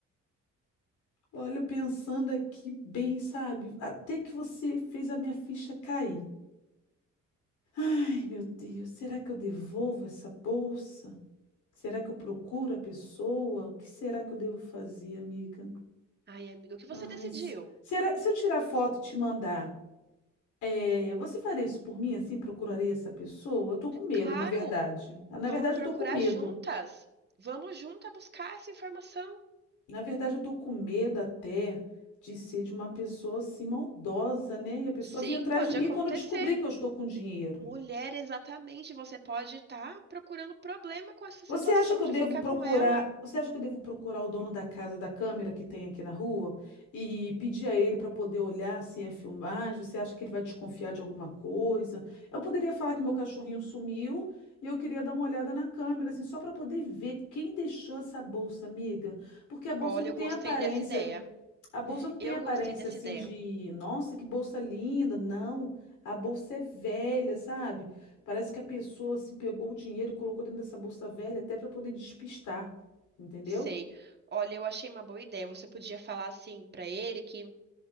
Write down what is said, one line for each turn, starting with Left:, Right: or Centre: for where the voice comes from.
Left: Olha, eu pensando aqui bem, sabe? Até que você fez a minha ficha cair. Ai, meu Deus, será que eu devolvo essa bolsa? Será que eu procuro a pessoa? O que será que eu devo fazer, amiga?
Right: Ai, amigo, o que você
Left: Ai,
Right: decidiu?
Left: se- será, se eu tirar foto e te mandar, é, você faria isso por mim, assim, procuraria essa pessoa? Eu tô com medo,
Right: Claro,
Left: na verdade. Na
Right: vamos
Left: verdade,
Right: procurar
Left: eu tô com medo.
Right: juntas. Vamos juntas buscar essa informação.
Left: Na verdade, eu tô com medo até de ser de uma pessoa assim maldosa, né? E a pessoa
Right: Sim,
Left: vir atrás
Right: pode
Left: de mim
Right: acontecer.
Left: quando descobrir que eu estou com dinheiro.
Right: Mulher, exatamente, você pode estar procurando problema com essa
Left: Você
Right: situação
Left: acha que eu
Right: de
Left: devo
Right: ficar
Left: procurar?
Right: com ela.
Left: Você acha que eu devo procurar o dono da casa da câmera que tem aqui na rua e pedir a ele para poder olhar se é filmagem? Você acha que ele vai desconfiar de alguma coisa? Eu poderia falar que meu cachorrinho sumiu e eu queria dar uma olhada na câmera, assim, só para poder ver quem deixou essa bolsa, amiga, porque a bolsa
Right: Olha,
Left: não tem
Right: eu gostei
Left: aparência.
Right: dessa ideia.
Left: A bolsa não tem
Right: Eu
Left: aparência
Right: gostei dessa
Left: assim
Right: ideia.
Left: de, nossa, que bolsa linda. Não, a bolsa é velha, sabe? Parece que a pessoa assim pegou o dinheiro e colocou dentro dessa bolsa velha até para poder despistar, entendeu?
Right: Sei. Olha, eu achei uma boa ideia. Você podia falar assim pra ele que